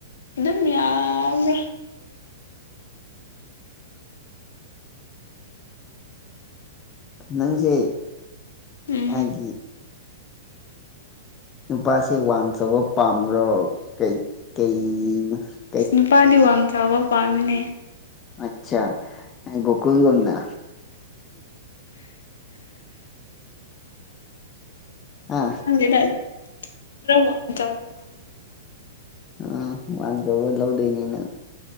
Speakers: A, on the left (about 80°); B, on the left (about 25°).
A: ꯑꯗꯨꯝ ꯌꯥꯝꯕ꯭ꯔꯥ
B: ꯅꯪꯁꯦ
A: ꯎꯝ
B: ꯍꯥꯏꯗꯤ
A: <inaudible>
B: ꯅꯨꯄꯥꯁꯤ ꯋꯥꯡ ꯆꯥꯎꯕ ꯄꯥꯝꯕ꯭ꯔꯣ ꯀꯩꯀꯩ
A: ꯑꯁ ꯅꯨꯄꯥꯗꯤ ꯋꯥꯡ ꯆꯥꯎꯕ ꯄꯥꯝꯃꯤꯅꯦ
B: ꯑꯠꯆꯥ ꯒꯣꯀꯨꯜꯒꯨꯝꯅ ꯍꯥ
A: ꯈꯪꯗꯦꯗ ꯑꯗꯨ ꯈꯔ ꯋꯥꯡ ꯆꯥꯎꯕ ꯄꯥꯝꯃꯦ
B: ꯑ ꯋꯥꯡ ꯆꯥꯎꯕ ꯂꯧꯗꯣꯏꯅꯤꯅꯪ